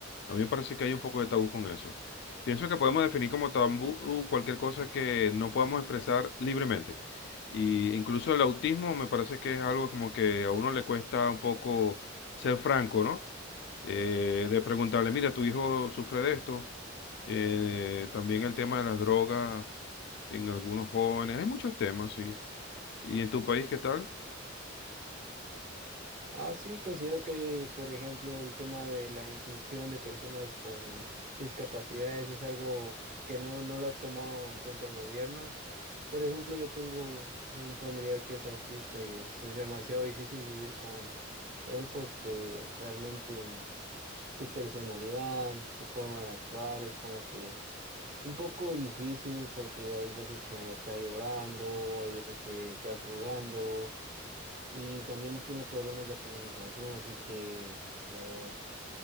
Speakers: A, on the left; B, on the right.
A: A mí me parece que hay un poco de tabú con eso. Pienso que podemos definir como tabú cualquier cosa que no podamos expresar libremente. Y incluso el autismo me parece que es algo como que a uno le cuesta un poco ser franco, ¿no? Eh, de preguntarle, mira, tu hijo sufre de esto. Eh, también el tema de las drogas en algunos jóvenes. Hay muchos temas, sí. ¿Y en tu país qué tal?
B: Ah, sí, considero que, por ejemplo, el tema de la inclusión de personas con discapacidades es algo que no, no lo ha tomado en cuenta el gobierno. Por ejemplo, yo tengo un familiar que es autista y es demasiado difícil vivir con él porque realmente mm, su personalidad, su forma de actuar es como que un poco difícil porque hay veces que está llorando, hay veces que está jugando y también tiene problemas de comunicación, así que eh,